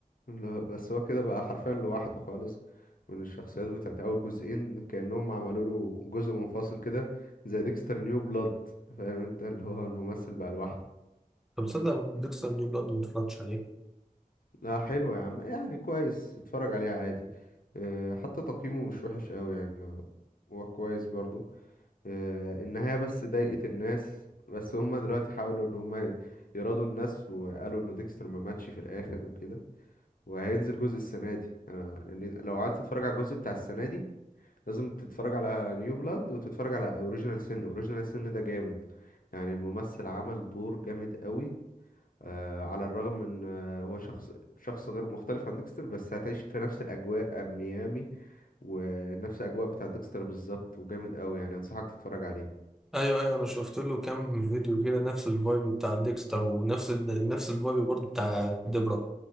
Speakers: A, on the left (about 70°); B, in the centre.
A: لا، بس هو كده بقى حرفيا لوحده خالص من الشخصيات بتاعت اول جزئين كأنهم عملوا له جزء منفصل كده زي ديكستر نيو بلاد فاهم انت اللي هو الممثل بقى لوحده
B: طب تصدق ديكستر نيو بلاد ما اتفرجتش عليه
A: لا حلو يا عم يعني كويس اتفرج عليه عادي أه حتى تقييمه مش وحش قوي يعني هو هو كويس برضو أه النهاية بس ضايقت الناس بس هما دلوقتي حاولوا ان هما يراضوا الناس وقالوا ان ديكستر ما ماتش في الاخر وكده وهينزل جزء السنة دي أه يعني لو عايز تتفرج على الجزء بتاع السنة دي لازم تتفرج على نيو بلاد وتتفرج على اوريجينال سن اوريجينال سن ده جامد يعني الممثل عمل دور جامد قوي آه، على الرغم من آه، هو شخص شخص غير مختلف عن ديكستر بس هتعيش في نفس الأجواء ميامي ونفس الأجواء بتاع ديكستر بالظبط وجامد أوي يعني أنصحك تتفرج عليه
B: ايوه ايوه انا شفت له كام فيديو كده نفس الفايب بتاع ديكستر ونفس ال... نفس الفايب برضه بتاع ديبرا